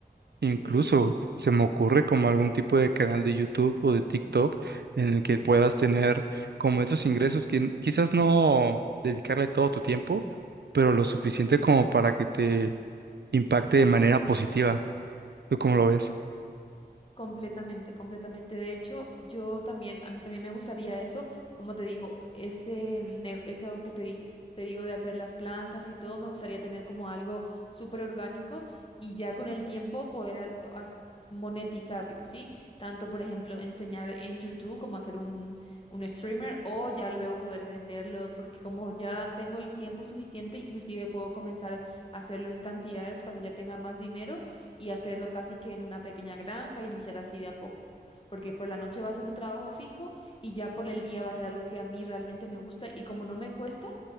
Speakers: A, on the right; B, on the left.
A: incluso
B: sí.
A: se me ocurre como algún tipo de canal de YouTube o de TikTok en el que puedas tener como esos ingresos que quizás no dedicarle todo tu tiempo, pero lo suficiente como para que te impacte de manera positiva. ¿Tú cómo lo ves?
B: Completamente, completamente. De hecho, yo también, a mí también me gustaría eso, como te digo, ese, ne- eso que te, di- te digo de hacer las plantas y todo, me gustaría tener como algo súper orgánico y ya con el tiempo poder a- as- monetizarlo, ¿sí? Tanto, por ejemplo, enseñar en YouTube como hacer un, un streamer o ya luego poder venderlo, porque como ya tengo el tiempo suficiente, inclusive puedo comenzar a hacerlo en cantidades cuando ya tenga más dinero y hacerlo casi que en una pequeña granja, iniciar así de a poco, porque por la noche va a ser un trabajo fijo y ya por el día va a ser algo que a mí realmente me gusta y como no me cuesta,